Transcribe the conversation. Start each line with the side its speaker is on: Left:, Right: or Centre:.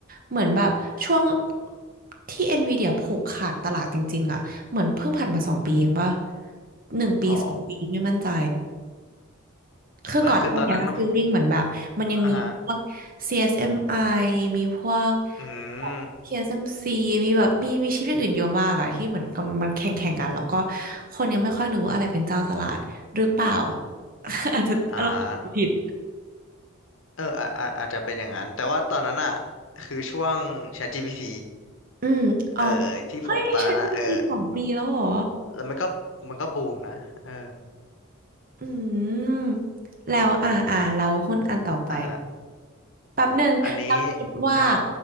Right: เหมือนแบบช่วงที่ NVIDIA ผูกขาดตลาดจริงๆอ่ะเหมือนเพิ่งผ่านมาสองปีเองป่ะหนึ่งปีสองปีไม่มั่นใจ
Left: อ๋อ
Right: คือก่อนหน้าเนี้ฟีลลิ่งเหมือนแบบมันยังมีพวก
Left: ว่าคือตอนนั้นอ่าฮะ
Right: CSMI มไอมีพวก
Left: อืม
Right: TSMC มซีมีแบบมีมีชิปอย่างอื่นเยอะมากอะที่เหมือนกับมันแข่งแข่งกันแล้วก็คนยังไม่ค่อยรู้ว่าอะไรเป็นเจ้าตลาดหรือเปล่า <laughs> อาจจะเราผิด
Left: อ่าเอออาอาอาจจะเป็นอย่างนั้นแต่ว่าตอนนั้นอ่ะคือช่วง ChatGPT
Right: อืมอ๋อ
Left: เออที่ผมตอนนั้นอ่ะเออ
Right: เฮ้ย ChatGPT สองปีแล้วเหรอ
Left: แล้วมันก็มันก็บูมนะเออ
Right: อืมแล้วอ่าอ่าแล้วหุ้นอันต่อไป
Left: อ่าฮะ
Right: แป๊บหนึ่งแล้วคิดว่า
Left: อันนี้นะฮะ